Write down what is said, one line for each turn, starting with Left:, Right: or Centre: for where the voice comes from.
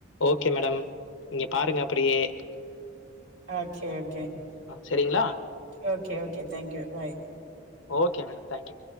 Left: ஓகே மேடம் நீங்க பாருங்க அப்டியே
Right: ஆகே ஓகே
Left: சரிங்களா?
Right: Okay okay okay thank you bye
Left: okay madam thank you